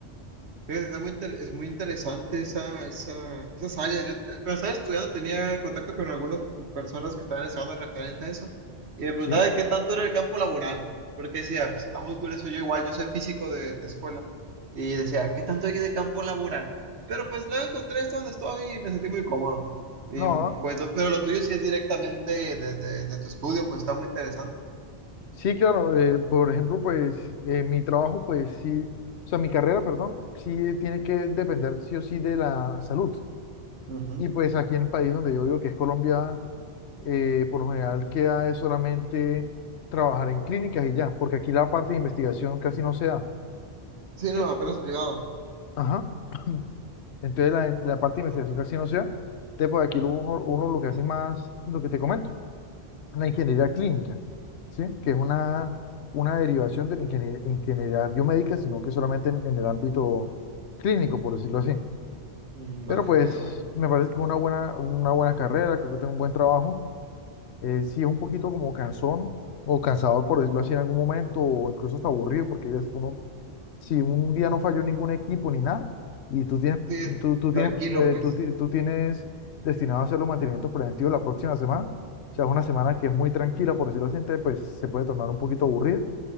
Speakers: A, on the right; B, on the left.
A: Fíjate, está muy inter- es muy interesante esa, esa, esas áreas. Yo te- cuando estaba estudiando tenía contacto con algunas personas que estaban estudiando referente a eso y me preguntaba
B: ¿sí?
A: de qué tanto era el campo laboral, porque decía, "Pues, está muy curioso, yo igual, yo soy físico de, de escuela y decía, ¿qué tanto hay de campo laboral? Pero pues luego encontré esto donde estoy y me sentí muy cómodo. Y,
B: No,
A: pues, lo- pero lo tuyo sí es directamente de, de- de tu estudio, pues está muy interesante.
B: sí, claro, eh, por ejemplo, pues eh, mi trabajo, pues sí, o sea, mi carrera, perdón, sí tiene que depender sí o sí de la salud.
A: Ujú.
B: Y pues aquí en el país donde yo vivo, que es Colombia, eh, por lo general queda es solamente trabajar en clínicas y ya, porque aquí la parte de investigación casi no se da,
A: Sí,
B: ¿sí?
A: no, apenas privado.
B: Ajá. Entonces la, la parte de investigación casi no se da. Entonces, pues aquí lo- uno, uno lo que hace más, lo que te comento la ingeniería clínica, ¿sí? Que es una, una derivación de la ingenie- ingeniería biomédica, sino que solamente en, en el ámbito clínico, por decirlo así.
A: Mm,
B: Pero
A: Vaya,
B: pues
A: vaya, vaya.
B: me parece que es una buena, una buena carrera, creo que tengo un buen trabajo. Eh, sí es un poquito como cansón o cansador, por decirlo así, en algún momento, o incluso hasta aburrido, porque hay veces que uno si un día no falló ningún equipo ni nada, y tú tienes,
A: Sí,
B: tú, tú tienes,
A: tranquilo,
B: eh,
A: pues.
B: tú, ti- tú tienes destinado a hacer los mantenimientos preventivos la próxima semana, o sea, es una semana que es muy tranquila, por decirlo así, entonces, pues se puede tornar un poquito aburrida,